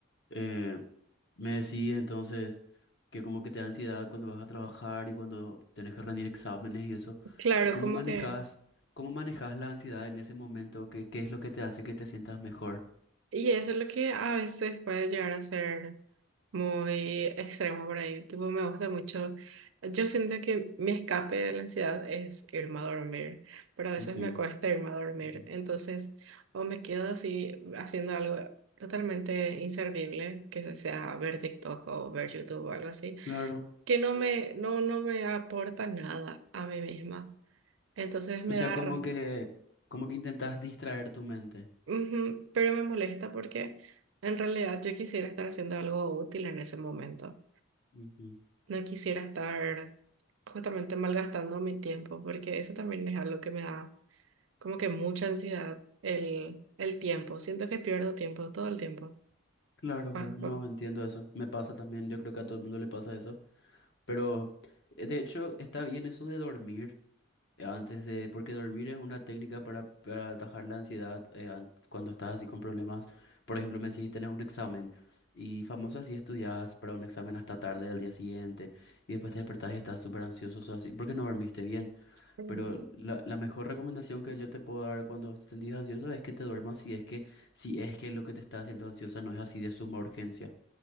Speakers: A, on the left; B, on the right.
A: Eh, me decís entonces que como que te da ansiedad cuando vas a trabajar y cuando tenés que rendir exámenes y eso.
B: Claro,
A: ¿Y cómo
B: como
A: manejas,
B: que...
A: cómo manejas la ansiedad en ese momento? ¿Qué, qué es lo que te hace que te sientas mejor?
B: Y eso es lo que a veces puede llegar a ser muy extremo por ahí. Tipo, me gusta mucho. Yo siento que mi escape de la ansiedad es irme a dormir, pero a veces
A: Ujú,
B: me cuesta irme a dormir.
A: ujú.
B: Entonces, o me quedo así haciendo algo totalmente inservible, que se- sea ver TikTok o ver YouTube o algo así,
A: Claro.
B: que no me, no, no me aporta nada a mí misma. Entonces me
A: O sea,
B: da,
A: como
B: r-
A: que, como que intentas distraer tu mente.
B: ujú, pero me molesta porque en realidad yo quisiera estar haciendo algo útil en ese momento.
A: Ujú.
B: No quisiera estar justamente malgastando mi tiempo porque eso también es algo que me da como que mucha ansiedad, el, el tiempo. Siento que pierdo tiempo todo el tiempo.
A: Claro,
B: Ah,
A: claro, no
B: ah.
A: entiendo eso. Me pasa también, yo creo que a todo el mundo le pasa eso. Pero eh, de hecho está bien eso de dormir. eh, Antes de, porque dormir es una técnica para, para atajar la ansiedad eh, an- cuando estás así con problemas. Por ejemplo, me decís, tenés un examen y famoso así estudias para un examen hasta tarde del día siguiente y después te despertás y estás súper ansioso, sos así, porque no dormiste bien.
B: Sí.
A: Pero la, la mejor recomendación que yo te puedo dar cuando te sentís ansioso es que te duermas si es que, si es que lo que te está haciendo ansiosa no es así de suma urgencia.